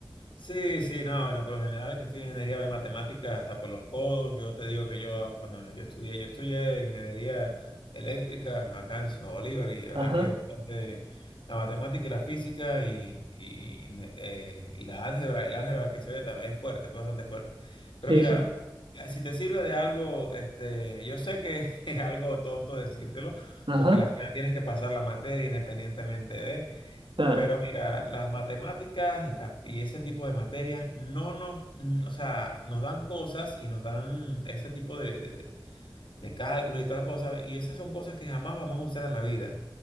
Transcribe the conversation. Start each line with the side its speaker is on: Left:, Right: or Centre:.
Left: Sí, sí, no, bueno, por lo general que estudio ingeniería de matemáticas hasta por los codos, yo te digo que yo cuando yo estudié, yo estudié ingeniería eléctrica acá en Ciudad Bolívar y la verdad
Right: Ajá,
Left: que es bastante la matemática y la física y, y, eh, y la álgebra, el álgebra que se ve también es fuerte, es bastante fuerte. Pero
Right: sí,
Left: mira,
Right: sí,
Left: eh, si te sirve de algo, este, yo sé que <laughs> es algo tonto decírtelo,
Right: ajá,
Left: porque al final tienes que pasar la materia independientemente de...
Right: claro,
Left: Pero mira, las matemáticas y, las- y ese tipo de materias no nos, mm, o sea, nos dan cosas y nos dan ese tipo de, de, de- de cálculo y tal cosa, y esas son cosas que jamás vamos a usar en la vida.